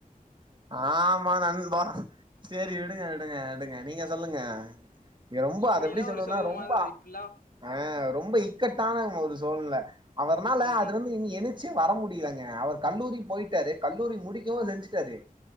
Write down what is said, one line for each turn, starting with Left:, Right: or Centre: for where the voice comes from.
Right: ஆமா நண்பா செரி விடுங்க விடுங்க விடுங்க நீங்க சொல்லுங்க நீங்க ரொம்ப
Left: இப்டிலா
Right: அத எப்டி சொல்ணுன்னா
Left: ஒரு சோகமா
Right: ரொம்ப
Left: இப்டிலா
Right: ஆ ரொம்ப இக்கட்டான ஒரு சோழ் நில அவர்னால
Left: ம்
Right: அதுலந்து இனி எந்திச்சி வர முடியலங்க அவர் கல்லூரி
Left: ம்
Right: போயிட்டாரு கல் லூரி முடிக்கவும் செஞ்சட்டாரு